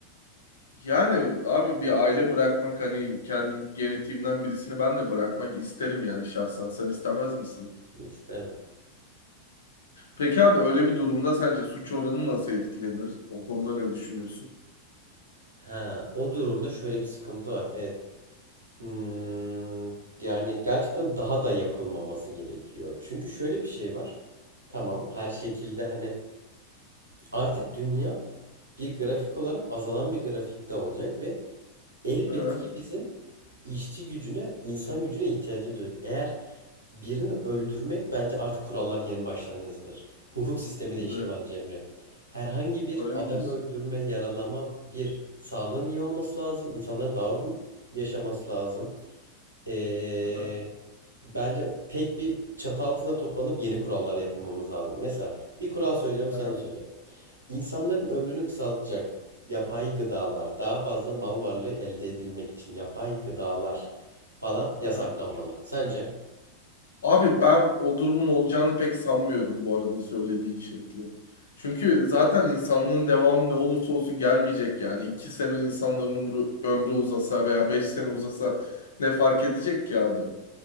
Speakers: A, on the left; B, on the right.
A: yani abi bir aile bırakmak hani kendi genetiğimden birisini ben de bırakmak isterim yani şahsen. Sen istemez misin?
B: İsterim.
A: Peki abi öyle bir durumda sence suç oranı nasıl etkilenir? O konuda ne düşünüyorsun?
B: Ha, o durumda şöyle bir sıkıntı var. Evet. Hmm, yani gerçekten daha da yapılmaması gerekiyor. Çünkü şöyle bir şey var. Tamam, her şekilde hani artık dünya bir grafik olarak azalan bir grafikte olacak ve elbet
A: Aha,
B: ki bizim işçi gücüne, insan gücüne ihtiyacımız olacak. Eğer birini öldürmek bence artık kurallar yeni baştan yazılır. Hukuk sistemi değişir
A: evet.
B: bence Emre. Herhangi bir
A: Öyle
B: adam
A: mi diyorsun?
B: öldürme, yaralama, bir sağlığın iyi olması lazım, İnsanların daha uzun yaşaması lazım. Ee,
A: Aha,
B: bence tek bir çatı altında toplanıp yeni kurallar yapılmamız lazım. Mesela bir kural söylüyorum sen
A: aha,
B: de söyle. İnsanların ömrünü kısaltacak yapay gıdalar, daha fazla mal varlığı elde edilmek için yapay gıdalar falan yasaklanmalı.
A: aha.
B: Sence?
A: Abi ben o durumun olacağını pek sanmıyorum bu arada söylediğin şekli. Çünkü zaten insanlığın devamı ne olursa olsun gelmeyecek yani. iki sene insanların umru- ömrü uzasa veya beş sene uzasa ne fark edecek ki abi?